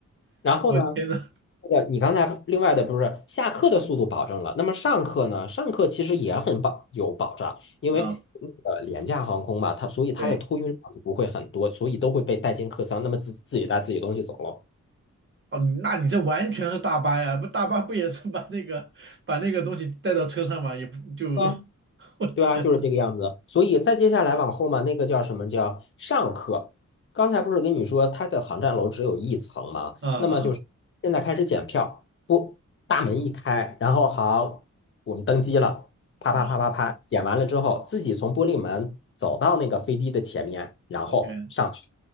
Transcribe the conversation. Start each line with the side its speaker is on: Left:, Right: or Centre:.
Left: 然后呢，
Right: 我天呐，
Left: 那个你刚才另外的不是下课的速度保证了，那么上课呢？上课其实也很保有保障，因为呃廉价航空嘛，
Right: 嗯，
Left: 它所以它的托运量不会很多，
Right: 对，
Left: 所以都会被带进客舱，那么自自己带自己东西走了。
Right: 哦，那你这完全是大巴呀，不大巴不也是把那个把那个东西带到车上吗？也不就，
Left: 啊。
Right: <laughs> 我天，
Left: 对啊，就是这个样子。所以再接下来往后嘛，那个叫什么叫上课？刚才不是跟你说它的航站楼只有一层吗？
Right: 嗯嗯，
Left: 那么就是现在开始检票，不，大门一开，然后好，我们登机了，啪啪啪啪啪，
Right: 然后
Left: 检完了之后，自己从玻璃门走到那个飞机的前面，然后上去。
Right: OK，